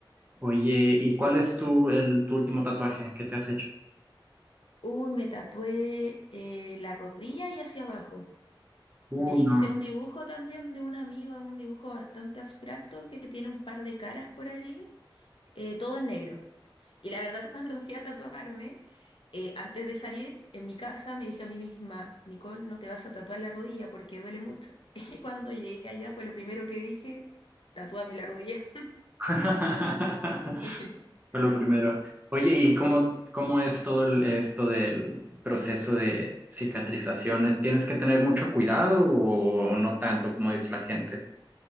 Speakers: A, on the right; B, on the left.
A: Oye, ¿y cuál es tu, el, tu último tatuaje que te has hecho?
B: Uy, me tatué eh, la rodilla y hacia abajo.
A: Uy,
B: Me
A: no.
B: hice un dibujo también de un amigo, un dibujo bastante abstracto que tiene un par de caras por ahí, eh, todo en negro. Y la verdad, <laughs> cuando fui a tatuarme, eh, antes de salir, en mi casa me dije a mí misma, Nicole, no te vas a tatuar la rodilla porque duele mucho. <laughs> Y cuando llegué allá fue lo primero que dije, tatúame la rodilla.
A: <laughs>
B: <laughs>
A: Fue lo primero. Oye, ¿y cómo, cómo es todo el- esto del proceso de cicatrizaciones? ¿Tienes que tener mucho cuidado o no tanto como dice la gente?